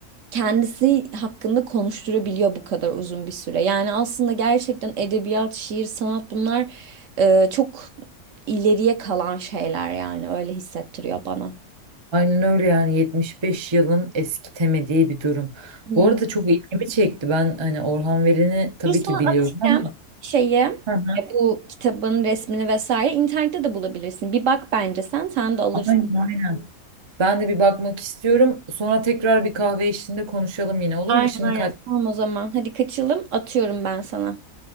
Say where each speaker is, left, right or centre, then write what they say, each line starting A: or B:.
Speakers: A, on the right (about 60°); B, on the right (about 45°).
A: kendisi hakkında konuşturabiliyor bu kadar uzun bir süre. Yani aslında gerçekten edebiyat, şiir, sanat bunlar e, çok ileriye kalan şeyler yani öyle hissettiriyor bana.
B: Aynen öyle yani 75 yılın eskitemediği bir durum.
A: Hı
B: Bu arada çok ilgimi çekti. Ben hani Orhan Veli'ni tabii
A: Dur sana
B: ki
A: atayım
B: biliyorum ama
A: şeyi. e,
B: Hı hı.
A: Bu kitabın resmini vesaire internette de bulabilirsin. Bir bak bence sen, sen de alırsın.
B: aynen aynen. Ben de bir bakmak istiyorum. Sonra tekrar bir kahve eşliğinde konuşalım yine olur
A: Aynen
B: mu? Şimdi
A: aynen.
B: kaç
A: Tamam o zaman. Hadi kaçalım. Atıyorum ben sana.